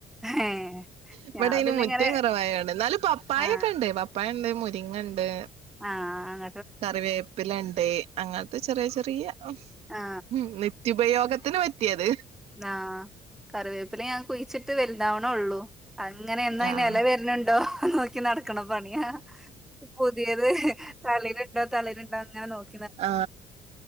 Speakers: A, in the centre; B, on the right.
A: ഏ
B: ഇവിടെ
A: ഞാൻ
B: അയിന്
A: പിന്നെ
B: മുറ്റം
A: ഇങ്ങനെ
B: കുറവായാണ് എന്നാല് പപ്പായൊക്കെ
A: ആ
B: ഉണ്ടേ പപ്പ പപ്പായ ഇണ്ട് മുരിങ്ങ ഇണ്ട്
A: ആഹ് അങ്
B: കറിവേപ്പില ഇണ്ട് അങ്ങനത്തെ ചെറിയ ചെറിയ
A: ആ
B: ഉം നിത്യുപയോഗത്തിന് പറ്റിയത്
A: ആഹ് കറിവേപ്പിലേ ഞാൻ കുഴിച്ചിട്ട് വലുതാവണെ ഒള്ളൂ അങ്ങനെ എന്ന അയിന്
B: ആഹ്
A: എല വരുന്നുണ്ടോ നോക്കി നട ക്കണ പണിയ പുതിയത് തളിരിട്ടോ തളിരിട്ടോ അങ്ങനെ നോക്ക
B: ആ